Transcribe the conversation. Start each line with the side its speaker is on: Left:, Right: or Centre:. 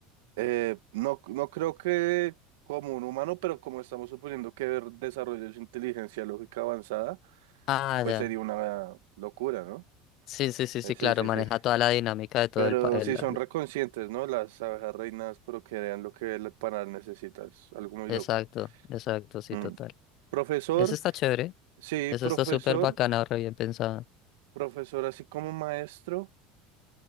Right: eh, no, no creo que como un humano, pero como estamos suponiendo que ver- desarrolló su inteligencia lógica avanzada,
Left: Ah,
Right: pues
Left: ya.
Right: sería una locura, ¿no?
Left: Sí, sí, sí,
Right: Eh,
Left: sí,
Right: sí,
Left: claro,
Right: sí,
Left: maneja
Right: sí.
Left: toda la dinámica de todo
Right: Pero
Left: el, pa- el-
Right: sí son
Left: el-
Right: reconscientes, ¿no? Las abejas reinas procrean lo que el panal necesita. Es algo muy
Left: Exacto,
Right: loco.
Left: exacto, sí,
Right: Mm.
Left: total.
Right: Profesor.
Left: Eso está chévere,
Right: Sí,
Left: eso
Right: profesor,
Left: está súper bacana, re bien pensada.
Right: profesor así como maestro,